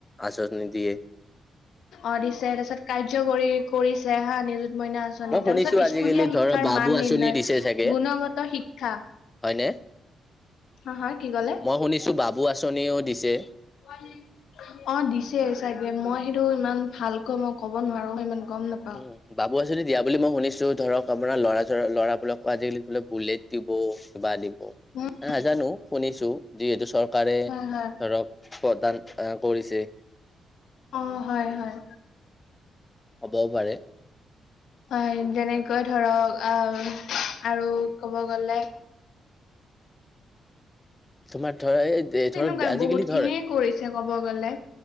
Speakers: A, on the left (about 15°); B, on the left (about 80°).
A: আঁচনি দিয়ে
B: অ দিছে তাৰপিছত কাৰ্য্য কৰি কৰিছে হা নিযুত মইনা আঁচনি
A: মই শুনিছো
B: তাৰপিছত
A: আজিকালি
B: স্কুলীয়া শি
A: ধৰ বাবু
B: মান
A: আঁচনি
B: নিৰ্ণয়
A: দিছে চাগে
B: গুণগত শিক্ষা
A: হয়নে
B: অ হয় কি ক'লে।
A: মই শুনিছোঁ বাবু আঁচনিও দিছে।
B: হয় নে, অ দিছে চাগে মই সেইটো ইমান ভালকৈ মই ক'ব নোৱাৰো ইমান গম নাপাও,
A: উম বাবু আচনি দিয়া বুলি মই শুনিছোঁ ধৰক আপোনাৰ ল'ৰা ল'ৰাবোৰকো আজিকালি বুলেট দিব কিবা দি নাজানো
B: উম
A: শুনিছোঁ যিহেতু চৰকাৰে
B: হয় হয়
A: ধৰক, প্ৰদান আহ কৰিছে।
B: অ হয় হয়।
A: হ'বও পাৰে।
B: হয় যেনেকৈ ধৰক আউ আৰু ক'ব গলে।
A: তোমাৰ ধৰা
B: তেনেকুৱাই
A: ধৰক আজিকালি
B: বহুত খিনিয়ে
A: ধৰ,
B: কৰিছে ক'ব গ'লে